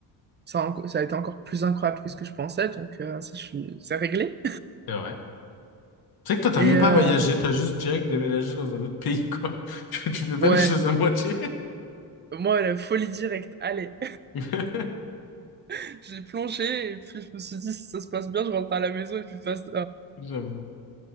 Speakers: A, on the right; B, on the left.
A: ça, a enco- ça a été encore plus incroyable que ce que je pensais. Donc euh, ça, je suis, c'est réglé.
B: c'est vrai. Tu sais que toi, t'as
A: Et
B: même
A: euh,
B: pas voyagé, t'as juste direct déménagé dans un autre pays, quoi. <laughs> Tu, tu fais pas
A: ouais,
B: les choses à moitié.
A: moi la folie directe. Allez,
B: <laughs>
A: <laughs> j'ai plongé et puis je me suis dit si ça se passe bien, je rentre à la maison et puis passe.
B: J'avoue,